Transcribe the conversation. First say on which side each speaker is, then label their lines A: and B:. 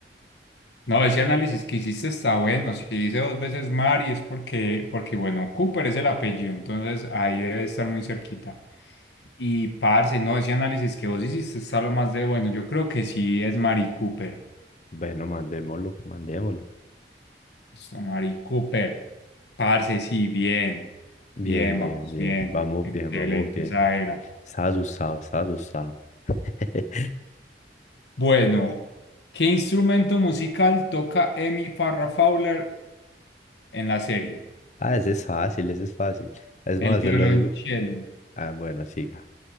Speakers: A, on the left; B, on the left.
A: No, ese análisis que hiciste está bueno. Si dice dos veces Mari es porque, porque, bueno, Cooper es el apellido, entonces ahí debe estar muy cerquita. Y parce, no, ese análisis que vos hiciste está lo más de bueno. Yo creo que sí es Mari Cooper.
B: Bueno, mandémoslo, mandémoslo.
A: Esto, Mari Cooper. Parce, sí, bien.
B: Bien,
A: Bien,
B: bien,
A: vamos
B: bien.
A: bien.
B: Vamos
A: Excelente,
B: bien, vamos bien.
A: esa era.
B: Estaba asustado, estaba asustado. <laughs>
A: Bueno, ¿qué instrumento musical toca Amy Farrah Fowler en la serie?
B: Ah, ese es fácil, ese es fácil. Es
A: El
B: más,
A: violonchelo.
B: se lo digo. Ah, bueno, siga.